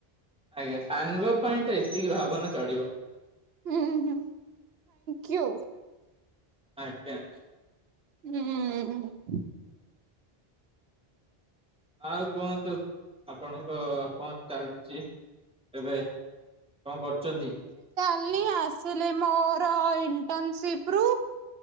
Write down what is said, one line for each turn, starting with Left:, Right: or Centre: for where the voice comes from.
Centre: ଆଜ୍ଞା ସାଙ୍ଗ ପାଇଁ ତ ଏତିକି ଭାବନା ଚଳିବ।
Right: ଉଁହୁଁ ଥ୍ୟାଙ୍କୟୁ।
Centre: ଆଜ୍ଞା।
Right: ଉଁ।
Centre: ଆଉ କୁହନ୍ତୁ ଆପଣଙ୍କ କଣ ଚାଲିଚି? ଏବେ କଣ କରୁଚନ୍ତି?
Right: ଲି ଆସିଲି ଏ ମୋର ଇଣ୍ଟର୍ନସିପରୁ।